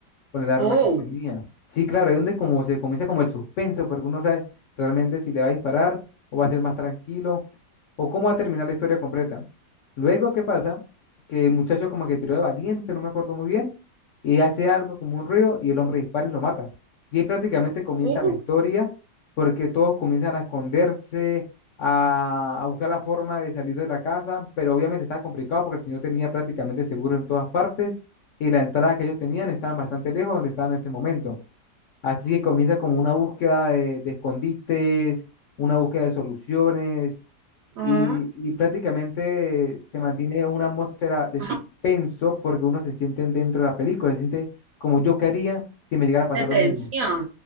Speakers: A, on the left; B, on the right.
A: con el arma
B: oh,
A: que tenía. Sí, claro, ahí es donde como se comienza como el suspenso, porque uno no sabe realmente si le va a disparar o va a ser más tranquilo o cómo va a terminar la historia completa. Luego, ¿qué pasa? Que el muchacho como que tiró de valiente, no me acuerdo muy bien, y hace algo como un ruido y el hombre dispara y lo mata. Y ahí prácticamente comienza
B: uh,
A: la historia porque todos comienzan a esconderse, a, a buscar la forma de salir de la casa, pero obviamente estaba complicado porque el señor tenía prácticamente seguro en todas partes y la entrada que ellos tenían estaban bastante lejos de donde estaban en ese momento. Así que comienza como una búsqueda de, de escondites, una búsqueda de soluciones
B: ah,
A: y, y prácticamente se mantiene una atmósfera de
B: ah,
A: suspenso porque uno se siente dentro de la película, se siente como yo quería si me llegara a pasar
B: detención.
A: lo mismo.